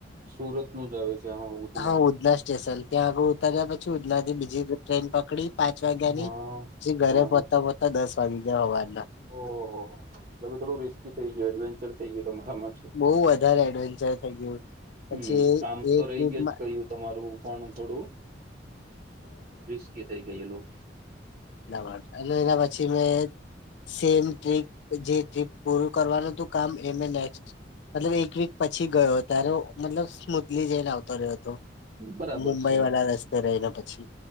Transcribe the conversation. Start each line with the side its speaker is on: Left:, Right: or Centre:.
Right: સુરતનું જ આવે છે આમાં ઉધના
Left: હા ઉધના સ્ટેશન ત્યાં આગળ ઉતર્યા પછી ઉધનાથી બીજી ટ્રેન પકડી પાંચ વાગ્યા
Right: હા
Left: ની પછી ઘરે
Right: હા
Left: પોચતા પોચતા દસ વાગી ગયા સવારના
Right: ઓહો હો થોડું રિસ્કી થઈ ગયું એડવેન્ચર થઈ ગયું તમારા માટે
Left: બહુ વધારે એડવેન્ચર થઈ ગયું પછી
Right: હમ કામ
Left: એ
Right: તો
Left: એ ટ્રીપમા
Right: રહી ગયું જ ગયું તમારું પણ થોડું રિસ્કી થઈ ગયેલું
Left: <unintelligible> અને એના પછી મેં સેમ ટ્રીપ જે ટ્રીપ પૂરું કરવાનું હતું કામ એ અમે નેક્સ્ટ મતલબ એક વીક પછી ગયો ત્યારે મતલબ સ્મુધલી જઈને આવતો રહ્યો હતો.
Right: બરાબર
Left: મુંબઈ
Right: છે
Left: વાળા રસ્તે રહીને પછી